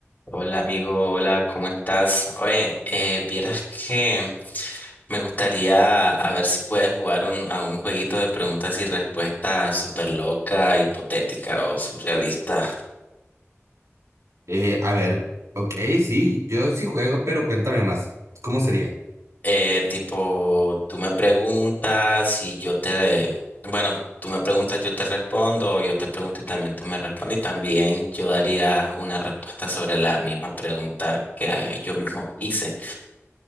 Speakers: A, on the left; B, on the right.
A: Hola amigo, hola, ¿cómo estás? Oye, eh, vieras que me gustaría a ver si puedes jugar un- a un jueguito de preguntas y respuestas súper loca, hipotética o surrealista.
B: Eh, a ver, ok, sí, yo sí juego, pero cuéntame más. ¿Cómo sería?
A: Eh, tipo, tú me preguntas y yo te... Bueno, tú me preguntas, yo te respondo, o yo te pregunto y también tú me respondes y también yo daría una respuesta sobre la misma pregunta que eh, yo mismo hice.